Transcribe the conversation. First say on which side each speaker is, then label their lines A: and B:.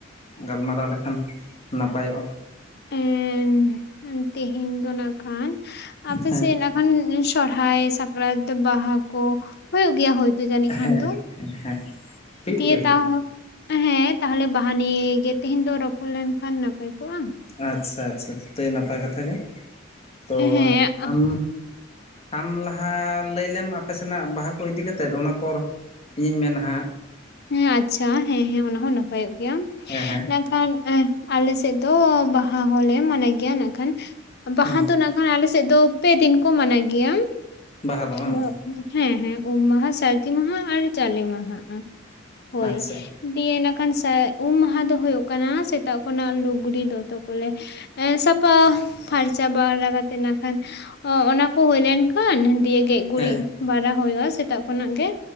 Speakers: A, on the left; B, on the left.
A: ᱜᱟᱞᱢᱟᱨᱟᱣ ᱞᱮᱠᱷᱟᱱ ᱱᱟᱯᱟᱭᱚᱜᱼᱟ?
B: ᱮᱸ ᱛᱮᱦᱮᱧ ᱫᱚ ᱱᱟᱜ ᱠᱷᱟᱱ ᱟᱯᱮᱥᱮᱱ
A: ᱦᱮᱸ
B: ᱱᱟᱜ ᱠᱷᱟᱱ ᱤᱸᱼᱼ ᱥᱚᱨᱦᱟᱭ, ᱥᱟᱠᱨᱟᱛ, ᱵᱟᱦᱟ ᱠᱚ ᱦᱳᱭᱳᱜ ᱜᱮᱭᱟ ᱦᱳᱭᱼᱼ ᱡᱟᱹᱱᱤᱡ ᱠᱷᱟᱱ
A: ᱦᱮᱸ
B: ᱫᱚ,
A: ᱦᱮᱸ ᱦᱩᱭᱩᱜ
B: ᱫᱤᱭᱮ
A: ᱜᱮᱭᱟ ᱦᱩᱭᱩᱜ
B: ᱛᱟᱣᱼᱼ
A: ᱜᱮᱭᱟ
B: ᱦᱮᱸ ᱛᱟᱦᱚᱞᱮ ᱵᱟᱦᱟ ᱱᱤᱭᱮ ᱜᱮ ᱛᱮᱦᱮᱧ ᱫᱚ ᱨᱚᱯᱚᱲ ᱞᱮᱱᱠᱷᱟᱱ ᱱᱟᱯᱟᱭ ᱠᱚᱜᱼᱟ ᱾
A: ᱟᱪᱪᱷᱟ ᱟᱪᱪᱷᱟ ᱛᱮ ᱱᱟᱯᱟᱭ ᱠᱟᱛᱷᱟ ᱜᱮ, ᱛᱚ
B: ᱦᱮᱸ ᱦᱮᱸ
A: ᱟᱢᱼᱼ ᱟᱢ ᱞᱟᱦᱟ ᱞᱟᱹᱭ ᱞᱮᱢ ᱟᱯᱮ ᱥᱮᱱᱟᱜ ᱵᱟᱦᱟ ᱠᱚ ᱤᱫᱤ ᱠᱟᱛᱮᱫ, ᱚᱱᱟ ᱯᱚᱨᱼᱼ ᱤᱧᱤᱧ ᱢᱮᱱᱟ ᱦᱟᱸᱜ ᱾
B: ᱦᱮᱸ ᱟᱪᱪᱷᱟ ᱦᱮᱸ ᱦᱮᱸ ᱚᱱᱟ ᱦᱚᱸ ᱱᱟᱯᱟᱭᱚᱜ ᱜᱮᱭᱟ ᱾
A: ᱦᱮᱸ ᱦᱮᱸ
B: <unintelligible> <unintelligible> ᱟᱞᱮ ᱥᱮᱫ ᱫᱚ ᱵᱟᱦᱟ ᱦᱚᱸᱞᱮ ᱢᱟᱱᱮ ᱜᱮᱭᱟ ᱱᱟᱜ ᱠᱷᱟᱱ, ᱵᱟᱦᱟ
A: ᱦᱩᱸ
B: ᱫᱚ ᱱᱟᱜᱼᱼ ᱟᱞᱮᱥᱮᱫ ᱫᱚ ᱯᱮ ᱫᱤᱱ ᱠᱚ ᱢᱟᱱᱟ ᱜᱮᱭᱟ ᱾
A: ᱵᱟᱦᱟ ᱫᱚ
B: <unintelligible>
A: ᱵᱟᱝ
B: ᱦᱮᱸ ᱦᱮᱸ ᱩᱢ ᱢᱟᱦᱟ, ᱥᱟᱹᱨᱫᱤ ᱢᱟᱦᱟ, ᱟᱨ ᱡᱟᱞᱮ ᱢᱟᱦᱟ, ᱦᱳᱭ
A: ᱟᱪᱪᱷᱟ
B: ᱾ ᱫᱤᱭᱮ ᱮᱱᱟ ᱠᱷᱟᱱ ᱥᱮ ᱩᱢ ᱢᱟᱦᱟ ᱫᱚ ᱦᱩᱭᱩᱜ ᱠᱟᱱᱟ ᱥᱮᱛᱟᱜ ᱠᱷᱚᱱᱟᱜ ᱞᱩᱜᱽᱲᱤ ᱫᱚᱛᱚ ᱠᱚᱞᱮᱼᱼ ᱦᱮ ᱥᱟᱯᱷᱟ ᱯᱷᱟᱨᱪᱟ ᱵᱟᱲᱟ ᱤᱭᱟ ᱠᱟᱛᱟᱮᱫ ᱱᱟᱜ ᱠᱷᱟᱱᱼᱼ ᱦᱚᱸ ᱚᱱᱟᱠᱚ ᱦᱩᱭ ᱞᱮᱱ ᱠᱷᱟᱱ ᱫᱤᱭᱮ ᱜᱮᱼᱼ ᱜᱩᱨᱤᱡ
A: ᱦᱮᱸ
B: ᱵᱟᱲᱟ ᱦᱩᱭᱩᱜᱼᱟ ᱥᱮᱛᱟᱜ ᱠᱷᱚᱱᱟᱜ ᱜᱮ,